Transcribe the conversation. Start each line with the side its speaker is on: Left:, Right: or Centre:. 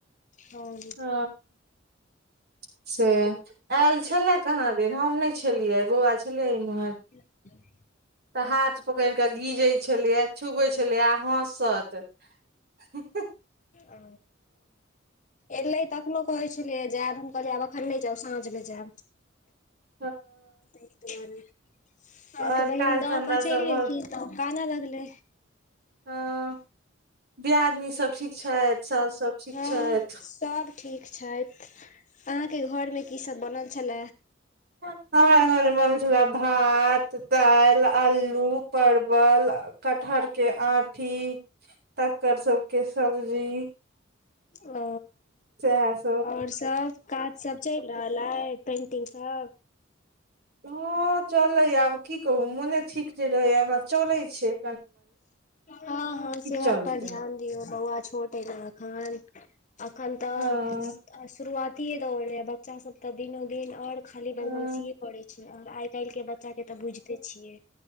Left: हँ
Right: ह <inaudible> से आयल छलए कहाँ देर हम नहि छलियै बौआ छलियै इम्ह
Left: <inaudible>
Right: तऽ हाथ पकड़ कऽ गीजे छलियए छुबै छलिय हसत ह
Left: आ एलै तखनो कहै छलियै जायब हम कहलियै आब एखन नहि जाउ साँझ मे जायब
Right: <inaudible>
Left: त दुरे अहके
Right: और
Left: बहिन
Right: काज
Left: दऽ
Right: धंधा
Left: कऽ चलि
Right: सब भ
Left: गेलखि तऽ काना लगल
Right: हँ दियादनी सब ठीक छथि सासु सब ठीक
Left: हँ
Right: छथ
Left: सब ठीक छथि अहाँके घर मे की सब बनल छल
Right: हमरा घरमे मथिलला भात दालि अलू परव कटहर के आठी त्कर सब के सब्ज
Left: आ
Right: स
Left: और सब काज सब चलि रहल हय पेंटिंग स
Right: हँ चले आब की कहू मोने ठीक जे रहेया चले छ
Left: हँ हँ सेहत
Right: चलते
Left: पर ध्यान दियौ बौआ छोट ए ने एख अखन तऽ
Right: हँ
Left: शुरुआतीे दौड़े ये बच्चा सब तऽ दिनो दिन ओर खाली
Right: हँ
Left: बदमाशीे करै छै आ आइ काल्हि के बच्चा के तऽ बुझिते छिय